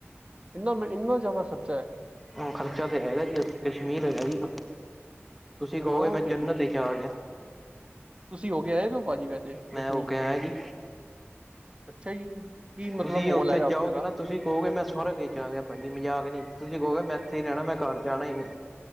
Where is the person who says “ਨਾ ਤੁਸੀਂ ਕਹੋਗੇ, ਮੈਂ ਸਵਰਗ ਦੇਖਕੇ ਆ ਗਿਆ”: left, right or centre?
Centre